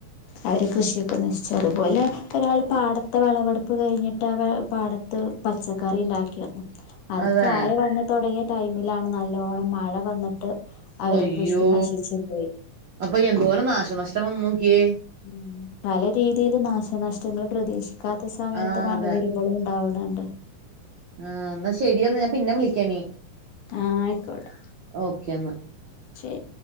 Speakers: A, on the left; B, on the right.
A: അവരെ കൃഷിയൊക്കെ നശിച്ചു അതുപോലെ ഒരാൾ പാടത്തെ വെളവെടുപ്പ് കഴിഞ്ഞിട്ട് ആഹ് പാടത്ത് പച്ചക്കറി ഉണ്ടാക്ക് ക്കിഅത്
B: അതെ
A: കായ വന്ന തുടങ്ങിയ ടൈമിലാണ് നല്ലോണം മഴ വന്നിട്ട് അവരെ
B: അയ്യോ
A: കൃഷി നശിച്ചു പോയി
B: അപ്പൊ എന്തോരം നാശനഷ്ടം വന്ന് നോക്കിയേ
A: ഉം പല രീതിൽ നാശനഷ്ടങ്ങൾ പ്രതീക്ഷിക്കാ ക്കാത്ത സമയത്ത്
B: ആഹ്
A: മഴ
B: അതെ
A: വരുമ്പളും ഉണ്ടാവുന്നുണ്ട്
B: ആഹ് എന്നാ ശരിയന്ന ഞാൻ പിന്നെ വിളിക്കാനി
A: ആഹ് ആയിക്കോട്ടെ
B: ഓക്കെ എന്നാ
A: ശരി